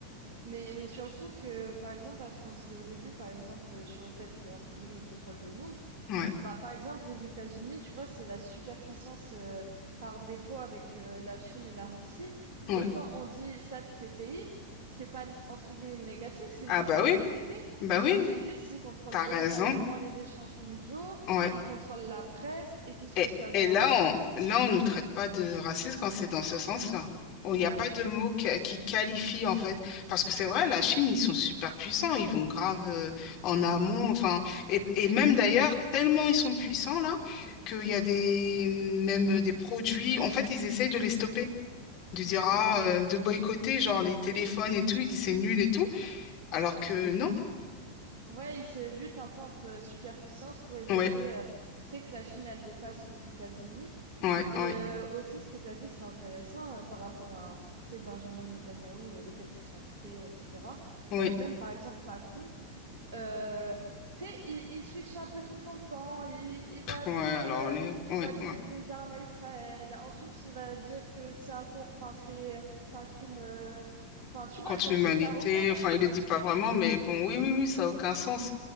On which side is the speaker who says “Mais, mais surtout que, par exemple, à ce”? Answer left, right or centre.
Right